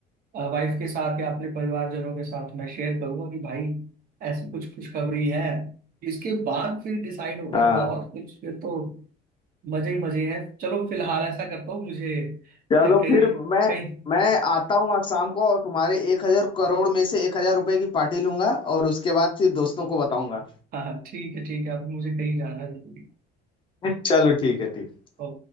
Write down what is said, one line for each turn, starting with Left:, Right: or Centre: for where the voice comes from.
Right: वाइफ के साथ या अपने परिवारजनों के साथ मैं शेयर करूंगा कि भाई ऐसी कुछ खुशखबरी है इसके बाद फिर डिसाइड होगा
Left: हाँ
Right: बहुत कुछ फिर तो मजे ही मजे हैं चलो फिलहाल ऐसा करता हूँ मुझे
Left: चलो
Right: <laughs> कहीं
Left: फिर मैं
Right: कहीं
Left: मैं आता हूँ आज शाम को और तुम्हारे एक हजार करोड़ में से एक हजार रुपए की पार्टी लूंगा और उसके बाद फिर दोस्तों को बताऊंगा
Right: हाँ हाँ, ठीक है ठीक है अभी मुझे कहीं जाना है जरूरी
Left: <laughs> चलो ठीक है ठीक है।
Right: ओके